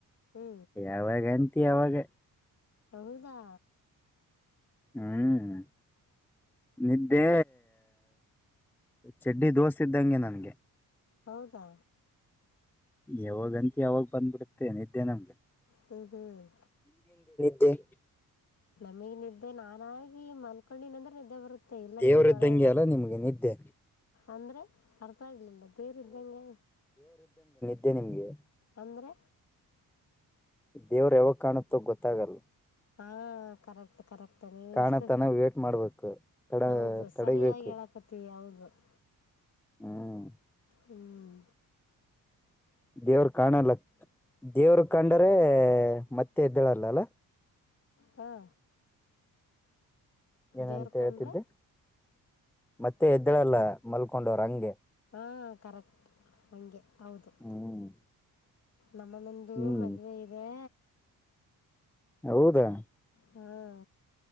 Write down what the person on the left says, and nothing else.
ಹ್ಞೂ
ಹಹದಾ
ಹೌದಾ
ಹ್ಮ್ ಹ್ಮ್
ನಮಗ್ ನಿದ್ದೆ ನಾನಾಗಿ ಮಲ್ಕೊಂಡಿನ ಅಂದ್ರೆ ನಿದ್ದೆ ಬರುತ್ತೆ ತ್ತೆ ಇಲ್ಲಾಂದ್ರೆ
ಬರ ಆಗಲ್ಲ
ಅಂದ್ರೆ ಅರ್ಥ ಆಗ್ಲಿಲ್ಲ ಬೇರ ಇದ್ದಂಗೆ
ಅಂದ್ರೆ
ಹಾಂ ಕರೆಕ್ಟ್ ಕರೆಕ್ಟ್
ಎಷ್ಟ
ಹೌದು
ಸರಿಯಾಗಿ ಹೇಳಕತಿೌದು ಹ
ಹ್ಮ್
ಹಾ
ದೇವ್ರ ಕಂಡ್ರೆ
ಹಾ ಕರೆಕ್ಟ್ ಹಗೆ ಹೌದು
ನಮ್ಮಂದು
ಮದುವೆ ಇದೆ
ಹಾಂ